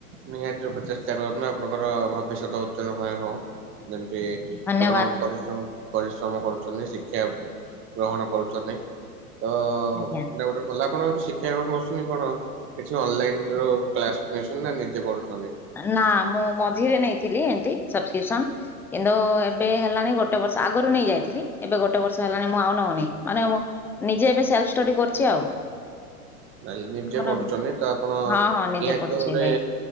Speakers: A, on the right; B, in the centre.
A: ନିହାତି ରୂପେ ଚେଷ୍ଟା କରନ୍ତୁ ଆପଣଙ୍କର ଭବିଷ୍ୟତ ଉଜ୍ଜଳମୟ ହଉ। ଯେମିତି
B: ଧନ୍ୟବାଦ
A: ଆପଣ ପରିଶ୍ରମ ପରିଶ୍ରମ କରୁଛନ୍ତି ଶିକ୍ଷା ଗ୍ରହଣ କରୁଛନ୍ତି ତ
B: ଆଜ୍ଞା।
A: ସେଟା ଗୋଟେ କହିଲି ଆପଣ ଯୋଉ ଶିକ୍ଷା ଗ୍ରହଣ କରୁଛନ୍ତି କଣ କିଛି ଅନଲାଇନ୍ ରୁ କ୍ଲାସ ନଉଛନ୍ତି ନା ନିଜେ ପଢୁଛନ୍ତି?
B: ନା ମୁଁ ମଝିରେ ନେଇଥିଲି ଏମତି ସବ୍ ସ୍କ୍ରିପସନ। କିନ୍ତୁ ଏବେ ହେଲାଣି ଗୋଟେ ବର୍ଷ ଆଗରୁ ନେଇ ଯାଇଥିଲି ଏବେ ଗୋଟେ ବର୍ଷ ହେଲାଣି ମୁଁ ଆଉ ନଉନି ମାନେ ମୁଁ ନିଜେ ଏବେ ସେଲ୍ଫ ଷ୍ଟଡି କରିଛି ଆଉ।
A: ନାଇଁ ନିଜେ
B: ଆମର
A: ପଢୁଛନ୍ତି ତ ଆପଣ
B: ହଁ ହଁ ନିଜେ
A: ନିହାତି
B: ପଢୁଛି
A: ଭାବରେ
B: ଏବେ